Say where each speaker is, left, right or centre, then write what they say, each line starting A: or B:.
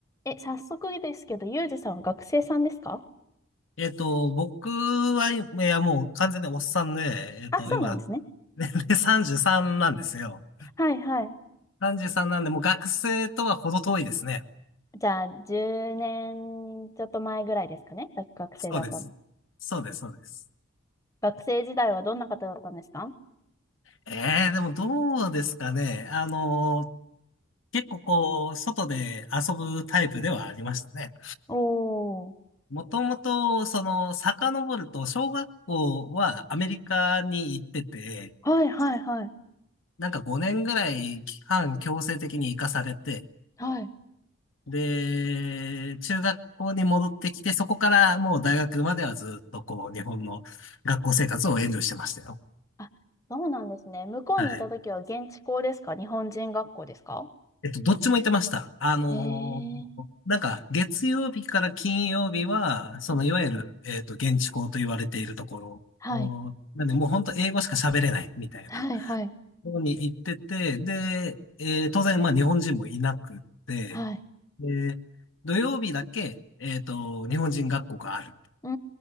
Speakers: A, on the left; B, on the left.
A: え、早速ですけど、ゆうじさんは学生さんですか
B: えっと、僕は、いや、もう完全におっさんで、えっと、
A: あ、そうなんですね。
B: 今、<laughs> 年齢33なんですよ。
A: はいはい。
B: 33なんで、もう学生とは程遠いですね。
A: じゃあ、10年ちょっと前ぐらいですかね。学学生だったの。
B: そうです。そうです、そうです。
A: 学生時代はどんな方だったんですか
B: ええでもどうですかね。あの、結構こう、外で遊ぶタイプではありましたね。
A: おー。
B: もともと、その、遡ると、小学校はアメリカに行ってて、
A: はいはいはい。
B: なんか5年ぐらい期間強制的に行かされて、
A: はい。
B: で、中学校に戻ってきて、そこからもう大学まではずっとこう、日本の学校生活をエンジョイしてましたよ。
A: あ、そうなんですね。向こうにいた時は現地校ですか日本人学校ですか
B: はい。えっと、どっちも行ってました。あのーなんか、
A: へえー。
B: 月曜日から金曜日は、その、
A: うん
B: いわゆる、えっと、現地校と言われているところを、
A: はい。
B: なんで、もう本当英語しか喋れないみたいな
A: はいはい。
B: ところに行ってて、で、えー当然、まあ、日本人もいなくて、
A: はい。
B: で、土曜日だけ、えっと、日本人学校がある。
A: うー